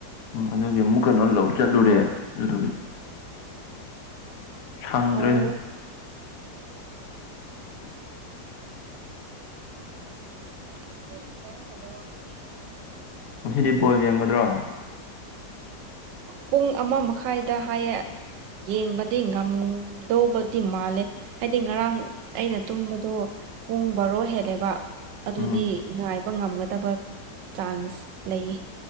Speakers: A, on the left; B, on the right.
A: ꯎꯝ ꯑꯗꯨꯒꯤ ꯑꯃꯨꯛ ꯀꯩꯅꯣ ꯂꯧ ꯆꯠꯂꯨꯔꯦ ꯑꯗꯨꯗꯨꯒꯤ ꯁꯪꯗ꯭ꯔꯦ
B: ꯑꯣ
A: ꯑꯗꯨꯝ
B: <unintelligible>
A: ꯉꯁꯤꯗꯤ ꯕꯣꯜ ꯌꯦꯡꯒꯗ꯭ꯔꯣ
B: ꯄꯨꯡ ꯑꯃ ꯃꯈꯥꯏꯗ ꯍꯥꯏꯌꯦ ꯌꯦꯡꯕꯗꯤ ꯉꯝꯗꯧꯕꯗꯤ ꯃꯥꯜꯂꯦ ꯍꯥꯏꯗꯤ ꯉꯔꯥꯡ ꯑꯩꯅ ꯇꯨꯝꯕꯗꯣ ꯄꯨꯡ ꯕꯥꯔꯣ ꯍꯦꯜꯂꯦꯕ ꯑꯗꯨꯗꯤ
A: ꯎꯝ
B: ꯉꯥꯏ ꯉꯝꯒꯗꯕ ꯆꯥꯟꯁ ꯂꯩꯌꯦ